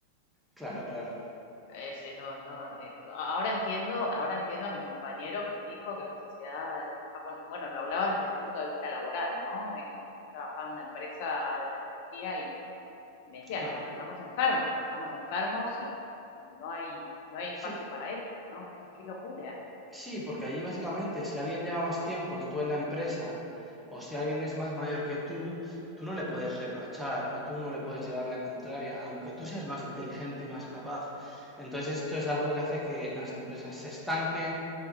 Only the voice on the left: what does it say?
Eh,
es- no, no, eh, ahora entiendo, ahora entiendo a mi compañero que me dijo que la sociedad japonesa, bueno, bueno, lo hablaba desde el punto de vista laboral, ¿no? Él, él trabajaba en una empresa de tecnología y me decía,
"Estam- estamos enfermos, estamos enfermos y, y no hay, no hay espacio
para esto, ¿no? Qué, qué locura.